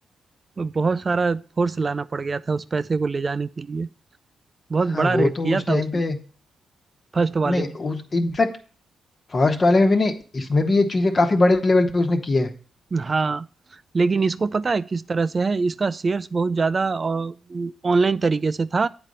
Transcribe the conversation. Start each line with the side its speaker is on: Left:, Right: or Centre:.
Right: बहुत सारा फोर्स लाना पड़ गया था उस पैसे को ले जाने के लिए बहुत
Left: हाँ
Right: बड़ा
Left: वो
Right: रेट
Left: तो
Right: किया
Left: उस
Right: था
Left: टाइम
Right: उसमें
Left: पे
Right: फर्स्ट वाले
Left: नहीं
Right: में
Left: उस इनफैक्ट फर्स्ट वाले में भी नहीं इसमें भी ये चीजें काफी बड़े लेवल पे उसने की है
Right: हाँ लेकिन इसको पता है किस तरह से है इसका शेयर्स बहुत ज्यादा और ऑनलाइन तरीके से था